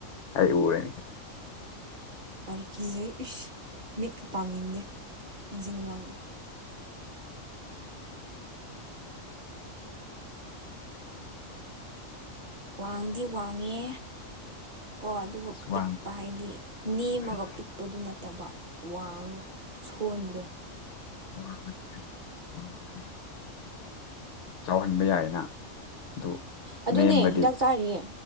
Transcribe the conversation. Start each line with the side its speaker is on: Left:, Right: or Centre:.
Left: ꯑꯩ ꯎꯔꯦ꯫
Right: ꯌꯥꯔꯦ ꯀꯤꯖꯩ ꯏꯁ ꯃꯤꯠꯀ ꯄꯥꯡꯅꯤꯡꯗꯦ ꯃꯤꯡꯁꯦꯜ ꯃꯃꯥꯡꯗ ꯋꯥꯡꯗꯤ ꯋꯥꯡꯉꯦ ꯑꯗꯨꯕꯨ ꯄꯤꯛꯄ
Left: ꯋꯥꯡ
Right: ꯍꯥꯏꯗꯤ ꯅꯦꯝꯃꯒ
Left: ꯐꯩ
Right: ꯄꯤꯛꯄꯗꯨ ꯅꯠꯇꯕ ꯋꯥꯡꯉꯒ ꯁꯨꯞꯄ ꯀꯣꯟꯕꯗꯣ
Left: ꯋꯥꯡꯕꯗꯤ ꯐꯩ ꯋꯥꯡꯕꯗꯤ ꯆꯥꯎꯍꯟꯕ ꯌꯥꯏꯅ ꯑꯗꯨ
Right: ꯑꯗꯨꯅꯦ
Left: ꯅꯦꯝꯕꯗꯤ
Right: ꯍꯤꯗꯥꯛ ꯆꯥꯔꯤꯌꯦ